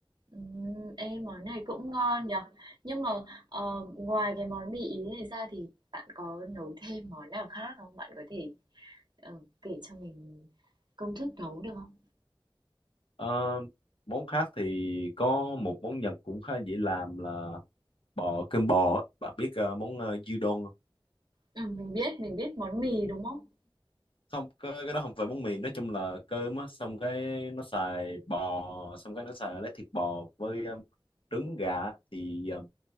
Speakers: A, on the right; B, on the left.
A: Ừm, ê, món này cũng ngon nhở Nhưng mà ờ, ngoài cái món mì Ý này ra thì bạn có nấu thêm món nào khác không? Bạn có thể ờ, kể cho mình công thức nấu được không?
B: Ờ, món khác thì có một món Nhật cũng khá dễ làm là bò cơm bò á. bạn biết ờ, món ờ, gyudon không?
A: Ừ, mình biết, mình biết món mì đúng không?
B: Không, cái, cái đó không phải món mì nói chung là cơm á xong cái nó xài bò xong cái nó xài lấy thịt bò với ờ, trứng gà á. thì ờ,